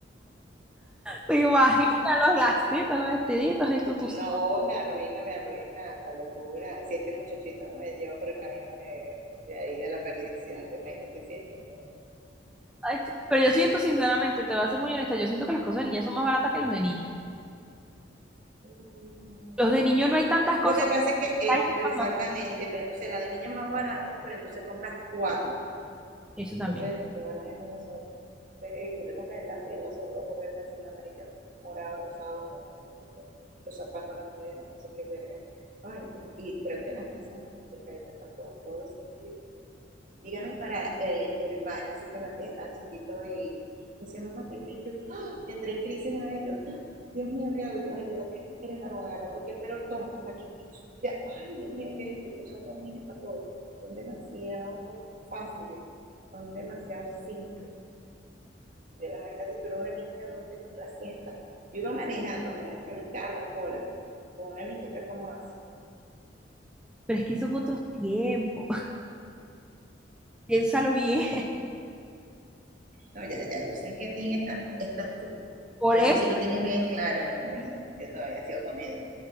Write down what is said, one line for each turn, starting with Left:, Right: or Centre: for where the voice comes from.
Centre: Te imaginas los lacitos, los vestiditos, el tutucito.
Right: No, me arruina, me arruina la locura. Si este muchachito me lleva por el camino de, de ahí, de la perdición, te imagínate si es niña.
Centre: Ay, sí. Pero yo siento, sinceramente, te voy a ser muy honesta, yo siento que las cosas de niñas son más baratas que los de niños.
Right: Mm.
Centre: Los de niños no hay tantas cosas.
Right: Lo que pasa es que es
Centre: Ay,
Right: pero
Centre: cuando-
Right: exactamente, pero entonces la de niño es más barato, pero entonces compras cuatro.
Centre: Eso también.
Right: Entonces, de varón es una sola. Entonces, eh, tú le compras el lazo y el lazo rojo, verde, azul, amarillo, morado, rosado, no sé qué. los zapatos, las medias, no sé qué verga. Ay, no. Y creo que las niñas son complicadas para todo, en todos los sentidos dígame para eh, el baño. Así que Matías estaba chiquito y me decía, mamá, Pepe, y yo ¡ah! entré en crisis una vez, yo, ¡ah! Dios mío, ¿qué hago? Yo, ay, ¿verdad que eres varón? Agarré cualquier pero toma, aquí, ya, ay, Dios mío, qué éxito son los niños para todo. Son demasiado fáciles, son demasiado simples. Pero imagínate, tú eres una niña, ¿dónde cuando la sientas? Yo iba manejando, imagínate, yo en carro, en cola, con una niñita como así.
Centre: Pero es que son otros tiempos. <laughs> Piénsalo bien.
Right: No, ya, ya, yo sé en qué team están- estás tú.
Centre: Por
Right: Ya
Centre: eso,
Right: tú sí lo tienes bien claro, no, yo no, yo todavía sigo comiendo.